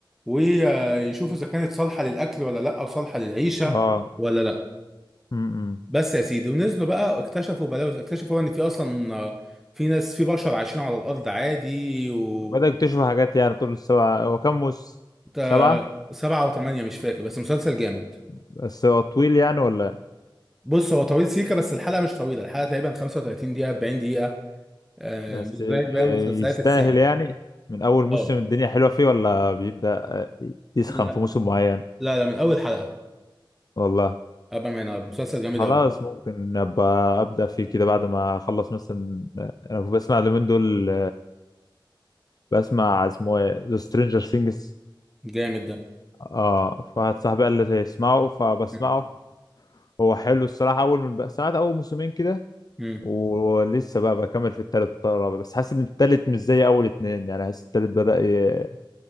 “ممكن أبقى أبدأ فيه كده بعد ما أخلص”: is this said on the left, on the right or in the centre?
Left